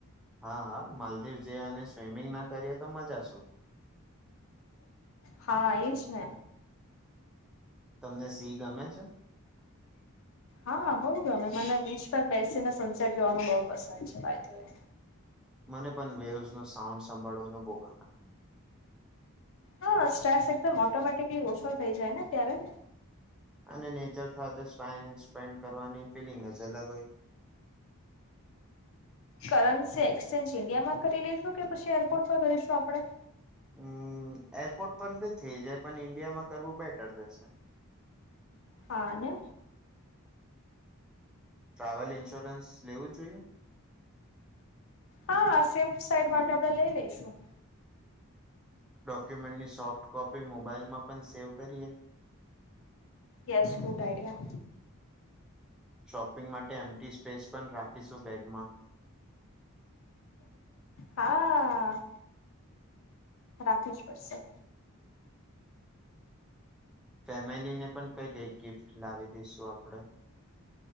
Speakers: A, in the centre; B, on the left.
A: હા હા માલદીવ જઈ અને સ્વિમિંગ ના કરીએ તો મજા શું.
B: હા એજ ને
A: તમને સી ગમે છે.
B: હા બહુ ગમે મને બીચ પર બેસીને સનસેટ જોવાનું બહુ પસંદ છે બાઈ દ વે.
A: મને પણ વેવસ નો સાઉન્ડ સંભાળવાનું બો ગમે
B: હા સ્ટ્રેસ એકદમ ઓટોમેટિકલી ઓછો થઈ જાય ને ત્યારે
A: અને નેચર સાથે ટાઈમ સ્પેન્ડ કરવાની ફિલિંગ અલગ હોય
B: કરન્સી એક્સચેન્જ ઇન્ડિયામાં કરી લઈશું કે પછી એરપોર્ટ પર કરીશું આપડણે
A: હમ્મ એરપોર્ટ પણ નથી જાય પણ ઈન્ડિયામાં કરવું બેટર રહેશે
B: હા અને
A: ટ્રાવેલ ઇન્સ્યોરન્સ લેવું જોઈએ
B: હા શેફ્ટ સાઈડ માટે આપડે લઈ લઈશું
A: ડોક્યુમેન્ટની સોફ્ટ કોપી મોબાઈલમાં પણ સેવ કરીએ
B: યસ ગુડ આઈડિયા
A: શોપિંગ માટે એમટી સ્પેસ પણ રાખીશું બેગમાં
B: હા રાખવી જ પડશે
A: ફેમિલી ને પણ કઈ કઈ ગિફ્ટ લાવી દઈશું આપડે